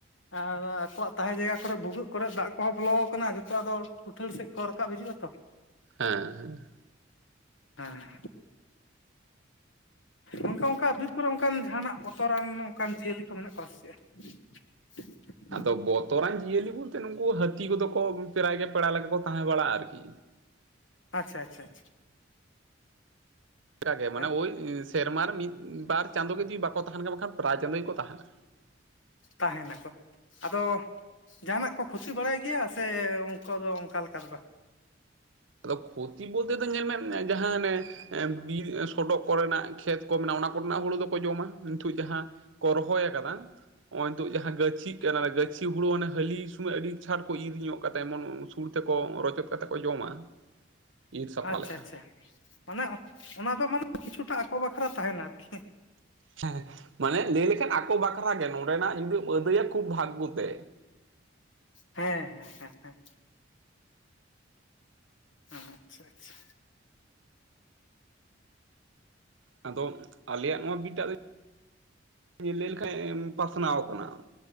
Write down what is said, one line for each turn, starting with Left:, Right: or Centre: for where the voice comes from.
Left: ᱟᱨ ᱟᱠᱚᱣᱟᱜ ᱛᱟᱦᱮᱸ ᱡᱟᱭᱜᱟ ᱠᱚᱨᱮ ᱵᱷᱩᱜᱟᱹᱜ ᱠᱚᱨᱮ ᱫᱟᱜ ᱠᱚᱦᱚᱸ ᱵᱚᱞᱚ ᱟᱠᱟᱱᱟ ᱡᱚᱛᱚ ᱟᱫᱚ ᱠᱩᱴᱟᱹᱲ ᱥᱮᱫ ᱠᱚ ᱨᱟᱠᱟᱵ ᱦᱤᱡᱩᱜ-ᱟ ᱛᱚ᱾
Right: ᱦᱮᱸ ᱦᱮᱸ
Left: ᱦᱮᱸ ᱚᱱᱠᱟ ᱚᱱᱠᱟ ᱵᱤᱨ ᱠᱚᱨᱮ ᱚᱱᱠᱟᱱ ᱡᱟᱦᱟᱱᱟᱜ ᱵᱚᱛᱚᱨᱟᱱ ᱚᱱᱠᱟᱱ ᱡᱤᱭᱟᱹᱞᱤ ᱠᱚ ᱢᱮᱱᱟᱜ ᱠᱚᱣᱟ ᱥᱮ ᱪᱮᱫ? <inaudible> <inaudible>
Right: ᱟᱫᱚ ᱵᱚᱛᱚᱨᱟᱱ ᱡᱤᱭᱟᱹᱞᱤ ᱵᱳᱞᱛᱮ ᱱᱩᱠᱩ ᱦᱟᱹᱛᱤ ᱠᱚᱫᱚ ᱠᱚ ᱯᱮᱨᱟᱭ ᱜᱮ ᱯᱮᱲᱟ ᱞᱮᱠᱟ ᱠᱚ ᱛᱟᱦᱮᱸ ᱵᱟᱲᱟᱜ-ᱟ ᱟᱨᱠᱤ᱾
Left: ᱟᱪᱪᱷᱟ ᱟᱪᱪᱷᱟ ᱟᱪᱷᱟ᱾
Right: ᱠᱟᱜᱮ
Left: ᱟᱪᱪᱷᱟ
Right: ᱢᱟᱱᱮ ᱳᱭ ᱥᱮᱨᱢᱟ ᱨᱮ ᱢᱤᱫ ᱵᱟᱨ ᱪᱟᱸᱫᱳ ᱜᱮ ᱡᱩᱫᱤ ᱵᱟᱠᱚ ᱛᱟᱦᱮᱱ ᱠᱷᱟᱱ ᱵᱟᱠᱷᱟᱱ ᱯᱨᱟᱭ ᱪᱟᱸᱫᱳ ᱜᱮᱠᱚ ᱛᱟᱦᱮᱱᱟ᱾
Left: ᱛᱟᱦᱮ ᱱᱟᱠᱚ ᱟᱫᱚ ᱡᱟᱦᱟᱱᱟᱜ ᱠᱚ ᱠᱷᱚᱛᱤ ᱵᱟᱲᱟᱭ ᱜᱮᱭᱟ ᱥᱮ ᱩᱱᱠᱩ ᱫᱚ ᱚᱱᱠᱟ ᱞᱮᱠᱟ ᱫᱚ ᱵᱟ?
Right: ᱟᱫᱚ ᱠᱷᱩᱛᱤ ᱵᱚᱞᱛᱮ ᱫᱚ ᱧᱮᱞ ᱢᱮ ᱡᱟᱦᱟᱸ ᱚᱱᱮ ᱵᱤᱨ ᱥᱚᱰᱚᱜ ᱠᱚᱨᱮᱱᱟᱜ ᱠᱷᱮᱛ ᱠᱚ ᱢᱮᱱᱟᱜ ᱚᱱᱟ ᱠᱚᱨᱮᱱᱟᱜ ᱦᱩᱲᱩ ᱫᱚᱠᱚ ᱡᱚᱢᱟ ᱱᱤᱛᱩᱜ ᱡᱟᱦᱟᱸ ᱠᱚ ᱨᱦᱚᱭ ᱟᱠᱟᱫᱟ᱾ ᱱᱚᱜ ᱛᱳ ᱡᱟᱦᱟᱸ ᱜᱟᱪᱷᱤᱜ ᱠᱟᱱᱟ ᱜᱟᱹᱪᱷᱤ ᱦᱩᱲᱩ ᱚᱱᱮ ᱦᱟᱹᱞᱤ ᱥᱩᱢᱚᱭ ᱟᱹᱰᱤ ᱪᱷᱟᱴ ᱠᱚ ᱤᱨ ᱧᱚᱜ ᱠᱟᱛᱮ ᱮᱢᱚᱱ ᱥᱩᱲ ᱛᱮᱠᱚ ᱨᱚᱪᱚᱫ ᱠᱟᱛᱮ ᱠᱚ ᱡᱚᱢᱟ᱾ ᱤᱨ ᱥᱟᱯᱷᱟ
Left: ᱟᱪᱪᱷᱟ
Right: ᱞᱮᱠᱟ
Left: ᱟᱪᱪᱷᱟ ᱢᱟᱱᱮ ᱚᱱᱟ ᱫᱚ ᱢᱟᱱᱮ ᱠᱤᱪᱷᱩᱴᱟ ᱟᱠᱚ ᱵᱟᱠᱷᱨᱟ ᱛᱟᱦᱮᱱᱟ ᱟᱨᱠᱤ᱾
Right: ᱦᱮᱸ ᱢᱟᱱᱮ ᱞᱟᱹᱭ ᱞᱮᱠᱷᱟᱱ ᱟᱠᱚ ᱵᱟᱠᱷᱨᱟ ᱜᱮ ᱱᱚᱸᱰᱮᱱᱟᱜ ᱡᱩᱫᱤᱢ ᱟᱹᱫᱟᱹᱭᱟ ᱠᱷᱩᱵ ᱵᱷᱟᱜᱽᱜᱚ ᱛᱮ᱾
Left: ᱦᱮᱸ ᱦᱮᱸ ᱦᱮᱸ ᱦᱮᱸ ᱟᱪᱪᱷᱟ ᱟᱪᱪᱷᱟ
Right: ᱟᱫᱚ ᱟᱞᱮᱭᱟᱜ ᱱᱚᱣᱟ ᱵᱤᱴᱟᱜ ᱫᱚ ᱞᱟᱹᱭ ᱞᱮᱠᱷᱟᱱ ᱯᱟᱥᱱᱟᱣ ᱟᱠᱟᱱᱟ